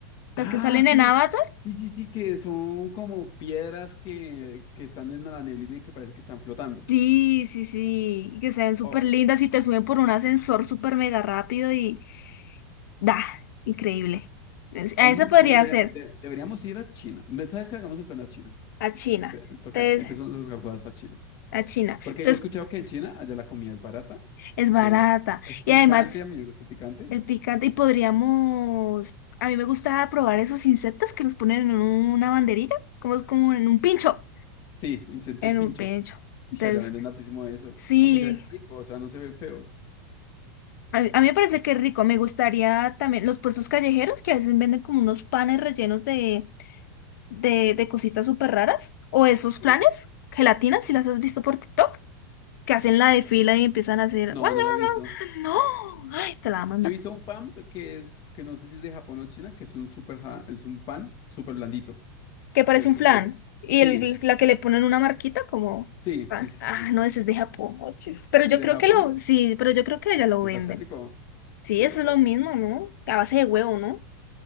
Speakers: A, on the left; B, on the left.
A: Ah,
B: Las que salen
A: sí,
B: en Avatar.
A: sí, sí, sí, que son como piedras que, que están en la neblina y que parece que están flotando.
B: Sí, sí, sí. y Que se ven súper
A: O,
B: lindas y te suben por un ascensor súper mega rápido y da, increíble. Es- A
A: o mm,
B: esa podría
A: sí, deberíamos,
B: ser.
A: de- deberíamos ir a China. Me- ¿Sabes qué? Hagamos el plan a China.
B: a China.
A: Empe- toca,
B: Entonces,
A: empezamos los gargoyles para China.
B: a China.
A: Porque
B: Entonces,
A: yo he escuchado que en China allá la comida es barata,
B: es barata.
A: es, es picante,
B: Y además,
A: a mí me gusta el picante.
B: el picante. Y podríamos. A mí me gusta probar esos insectos que los ponen en una banderilla, como es como en un pincho.
A: Sí, intento
B: En
A: el pincho.
B: un pincho.
A: Y
B: Entonces,
A: allá venden hartísimo de eso.
B: sí.
A: Aunque se ve rico, o sea, no se ve feo.
B: A mí, a mí me parece que es rico. Me gustaría también los puestos callejeros que a veces venden como unos panes rellenos de, de, de cositas súper raras. O esos
A: Sí.
B: flanes, gelatinas, si las has visto por TikTok. que hacen la de fila y empiezan a hacer,
A: No,
B: <laughs>
A: no lo he visto.
B: no, ay, te la va a mandar,
A: Yo he visto un pan que es, que no sé si es de Japón o China, que es un super, ja- es un pan súper blandito,
B: que parece
A: que es
B: un
A: súper,
B: flan, y
A: sí,
B: el, la que le ponen una marquita como,
A: sí,
B: ah,
A: sí, sí,
B: ah,
A: sí, sí.
B: no, ese es de Japón, ochis. Pero
A: Si
B: yo
A: es de
B: creo
A: Japón,
B: que lo, sí, pero yo creo que ya lo
A: entonces
B: venden.
A: asiático, sí,
B: Sí,
A: asiático.
B: eso es lo mismo, ¿no? A base de huevo, ¿no?